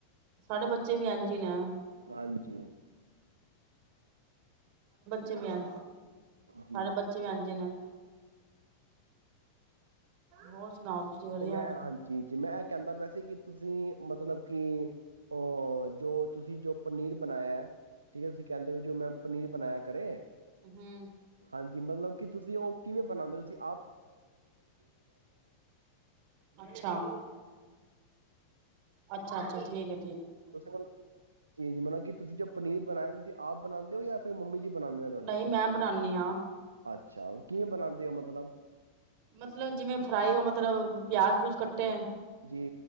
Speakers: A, on the right; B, on the right.
A: ਸਾਡੇ ਬੱਚੇ ਵੀ ਇੰਝ ਹੀ ਨੇ
B: ਹਾਂਜੀ
A: ਚੁਵੇਿਆਨ
B: ਜੀ
A: ਸਾਡੇ ਬੱਚੇ ਵੈਝੇ ਨੇ ਆਾਂ ਹੋਰ ਸੁਣਾਓ ਤੁਸੀਂ ਵਧੀਆ?
B: ਤੇ ਮੈਂ ਹਾਂਜੀ ਜੀ ਮੈਂ ਇਹ ਕਹਿੰਦਾ ਵੈਸੇ ਕਿ ਤੁਸੀਂ ਮਤਲਬ ਕਿ ਅਹ ਜੋ ਤੁਸੀਂ ਜੋ ਪਨੀਰ ਬਣਾਇਆ ਠੀਕ ਹੈ ਤੁਸੀਂ ਕਹਿੰਦੇ ਵੀ ਜੋ ਮੈਂ ਪਨੀਰ ਬਣਾਇਆ ਕਰੇ।
A: ਹੂੰ।
B: ਹਾਂਜੀ ਮਤਲਬ ਕਿ ਤੁਸੀਂ ਉਹ ਕਿਵੇਂ ਬਣਾਂਦੇ ਹੋ ਤੁਂ
A: ਅੱਛਾ। ਅੱਛਾ-ਅੱਛਾ ਠੀਕ ਹੈ।
B: ਤੁਸੀਂ ਮਤਲ ਜ ਜ ਮਤਲਬ ਕੀ ਤੁਸੀਂ ਜੋ ਪਨੀਰ ਬਣਾਇਆ ਤੁਸੀਂ ਆਪ ਬਣਾਨਦੇ ਜਾਂ ਫਿਰ ਮੰਮੀ ਜੀ ਬਣਾਉਂਦੇ ਨੇ ਤੁਹਾਡੇ
A: ਨਹੀਂ ਮੈਂ ਬਣਾਨਨੀ ਹਾਂ।
B: ਅੱਛਾ ਉਹ ਕਿਵੇਂ ਬਣਾਨਦੇ ਹੋ ਮਤਲਬ?
A: ਮਤਲਬ ਜਿਵੇਂ ਫਰਾਈ ਹੋ ਮਤਲਬ ਪਿਆਜ ਪਊਜ ਕੱਟੇ।
B: ਜੀ